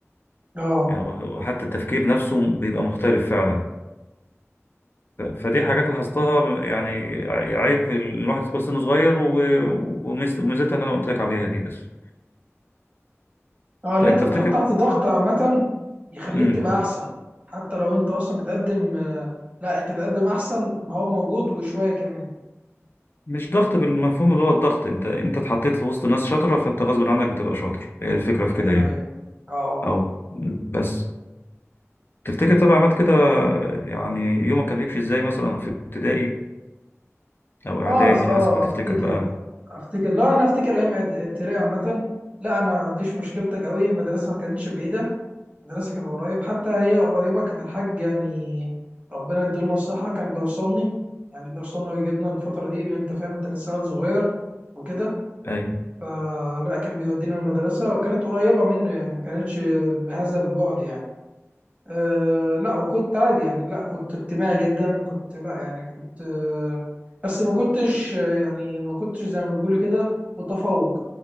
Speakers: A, on the right; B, on the left.
A: اه
B: يعني وح- وحتى التفكير نفسه بيبقى مختلف فعلا ف- فدي حاجات لاحظتها يعني عيب في ال- الواحد يدخل سنه صغير و- وميز- وميزتها اللي انا قلت لك عليها دي بس
A: اه اللي
B: طيب
A: انت
B: تفتكر
A: بتحط تحت ضغط عامه يخليك
B: امم
A: تبقى احسن حتى لو انت اصلا بتقدم آه، لا انت بتقدم احسن ما هو موجود وشويه كمان
B: مش ضغط بالمفهوم اللي هو الضغط انت انت اتحطيت في وسط ناس شاطره فانت غصب عنك بتبقى شاطر هي الفكره في كده
A: ايوه
B: يعني
A: ايوه اه
B: او مم. بس تفتكر طبعا عملت كده يعني يومك كان بيمشي ازاي مثلا في ابتدائي او
A: اه
B: اعدادي
A: س- اه
B: حسب ما تفتكر
A: افتكر
B: بقى
A: افتكر لا انا افتكر ايام إعد- ابتدائي عامه لا انا ما عنديش مشكلتك قوي المدرسه ما كانتش بعيده المدرسه كانت قريب حتى هي قريبه كان الحاج يعني ربنا يديله الصحه كان بيوصلني يعني بيوصلنا ويجيبنا الفتره دي لان انت فاهم انت لسه عيل صغير وكده
B: اي
A: فلا كان بيودينا المدرسه وكانت قريبه منه يعني ما كانتش بهذا البعد يعني أه لا وكنت عادي يعني لا كنت اجتماعي جدا كنت لا يعني كنت أه بس ما كنتش آه، يعني ما كنتش زي ما بيقولوا كده متفوق